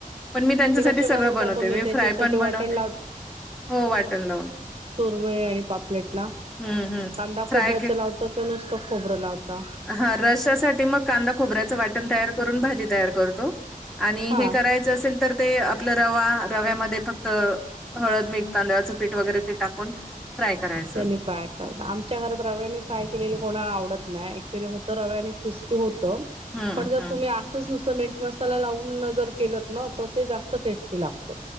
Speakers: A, in the centre; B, on the right (about 40°).
A: पण मी त्यांच्यासाठी
B: ते कसे
A: सगळं
B: बनवता
A: बनवते
B: तुम्ही
A: मी
B: त्याच्यासाठी
A: फ्राय पण
B: वाटण
A: बनवते हो वाटण लावून-
B: सुरमयी आणि पापलेटला
A: हम्म हम्म.
B: कांदा
A: फ्राय
B: खोबऱ्याचं
A: के
B: लावत किंवा नुसतं खोबरं लावता?
A: हा रश्यासाठी मग कांदा खोबऱ्याचं वाटण तयार करून भाजी तयार करतो- आणि
B: हा
A: हे करायचं असेल तर ते आपलं रवा रव्यामध्ये फक्त- हळद, मीठ, तांदळाचं पीठ वगैरे ते टाकून- फ्राय करायच
B: त्यांनी फ्राय- आमच्या घरात रव्याने फ्राय केलेले कोणाला आवडत नाही ऍक्च्युली होतं रव्याने क्रिस्पी होतं-
A: हम्म
B: पण जर
A: हम्म.
B: तुम्ही अस- तच नुसतं मीठ मसाला लावून जर केलत ना तर ते जास्त टेस्टी लागतं.